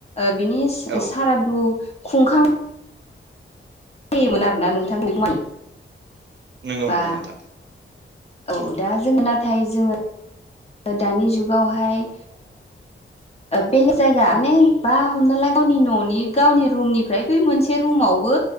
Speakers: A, on the left; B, on the right.
A: बिनि
B: औ
A: सारादु खुंखां होयोमोन आरोना नोंथांखौ मान
B: नंगौ
A: बा
B: नंगौ नोंथां
A: औ दा जोङो नाथाय जोङो दानि जुगावहाय बेलेग जायगा माने बा हमना ला गावनि न'नि गावनि रुमनिफ्राय बे मोनसे रुमावबो